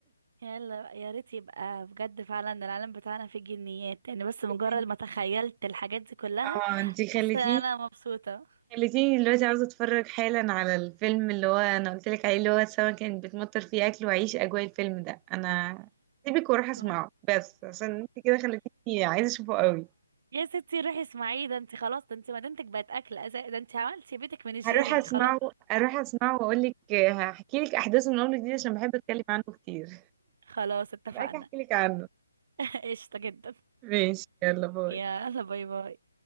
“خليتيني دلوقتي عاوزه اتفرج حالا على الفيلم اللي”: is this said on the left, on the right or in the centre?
Right